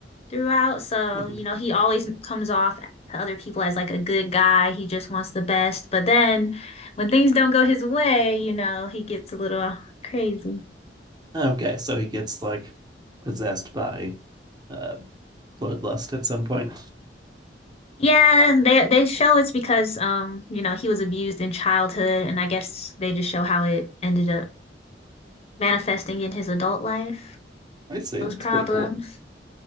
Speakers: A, on the left; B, on the right.
A: throughout. So,
B: Mhm.
A: you know, he always comes off to other people as like a good guy. He just wants the best. But then when things don't go his way, you know, he gets a little crazy.
B: Okay, so he gets like possessed by uh bloodlust at some point.
A: Yeah, they they show it's because um, you know, he was abused in childhood and I guess they just show how it ended up manifesting in his adult life,
B: <laughs> I see.
A: those
B: That's
A: problems.
B: pretty cool.